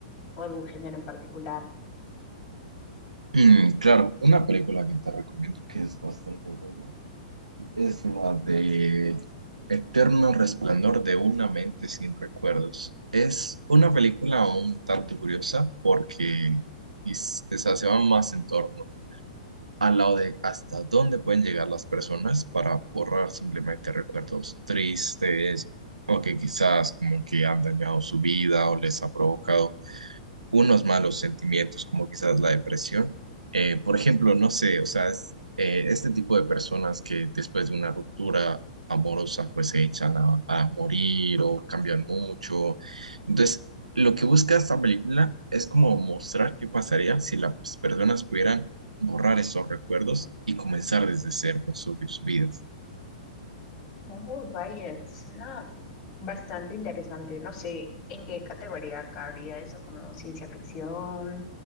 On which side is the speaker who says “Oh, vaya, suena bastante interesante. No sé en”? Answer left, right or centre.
Left